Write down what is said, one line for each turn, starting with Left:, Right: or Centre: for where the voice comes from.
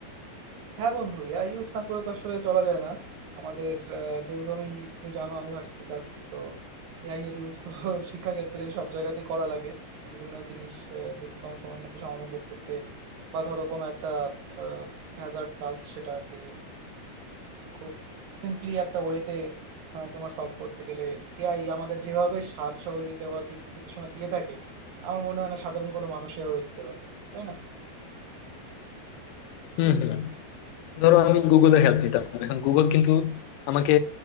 Right: হ্যাঁ বন্ধু এআই ইউজ না করে তো আসলে চলা যায় না আমাদের আহ, যেহেতু আমি তুমি জানো আমি ভার্সিটিতে আছি তো এআই এর ইউজ তো <laughs> শিক্ষাক্ষেত্রে সব জায়গাতেই করা লাগে বিভিন্ন জিনিস আহ, দ্রুততম সময়ের মধ্যে সমাধান বের করতে বা ধরো কোনো একটা হ্যাজার্ড কাজ সেটাকে খুব সিম্পলি একটা ওয়েতে তোমার সলভ করতে গেলে এআই আমাদের যেভাবে সাহায্য সহযোগিতা বা দিক নির্দেশনা দিয়ে থাকে আমার মনে হয় না সাধারণ কোনো মানুষেও দিতে পারে তাই না
Left: হম হম ধরো আমি গুগলের হেল্প নিতাম এখন গুগল কিন্তু আমাকে